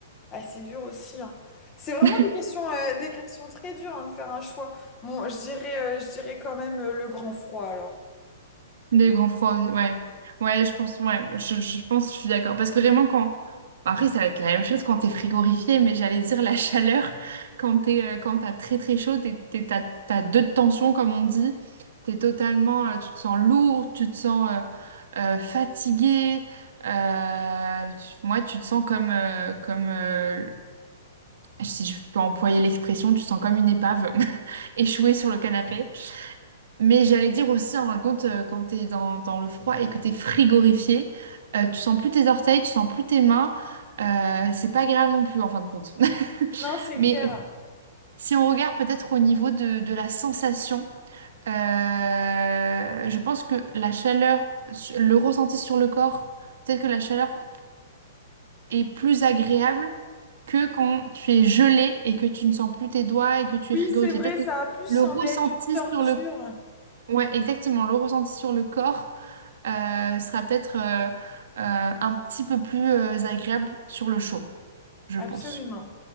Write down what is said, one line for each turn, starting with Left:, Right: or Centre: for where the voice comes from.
Left: ah, c'est dur aussi. hein. C'est vraiment
Right: <laughs>
Left: des questions, euh, des questions très dures hein, de faire un choix. Bon, je dirais, euh, je dirais quand même euh, le grand froid alors.
Right: Des grands froids, ouais. Ouais, je pense, ouais, je, je pense, je suis d'accord. Parce que vraiment, quand. Après, ça va être la même chose quand t'es frigorifié, mais j'allais dire la chaleur, quand t'es, euh, quand t'as très très chaud, t'es, t'es- t'as, t'as deux de tension, comme on dit. T'es totalement. euh, tu te sens lourd, tu te sens euh, euh, fatigué. euh, tu- moi, tu te sens comme. euh, comme euh, si je peux employer l'expression, tu te sens comme une épave <laughs> échouée sur le canapé. Mais j'allais dire aussi, en fin de compte, euh, quand t'es dans, dans le froid et que t'es frigorifié, euh, tu sens plus tes orteils, tu sens plus tes mains. euh, c'est pas agréable non plus, en fin de compte. <laughs>
Left: Non, c'est
Right: Mais
Left: clair.
Right: euh, si on regarde peut-être au niveau de, de la sensation, euh, je pense que la chaleur, su- le ressenti sur le corps, peut-être que la chaleur est plus agréable que quand tu es gelé et que tu ne sens plus tes doigts et que tu
Left: Oui,
Right: es frigorifié.
Left: c'est vrai,
Right: Peut-être
Left: ça
Right: que
Left: a plus
Right: le
Left: semblé
Right: ressenti
Left: être une torture.
Right: sur le... Ouais, exactement, le ressenti sur le corps. euh, sera peut-être euh, euh, un petit peu plus euh, agréable sur le chaud, je pense.
Left: Absolument.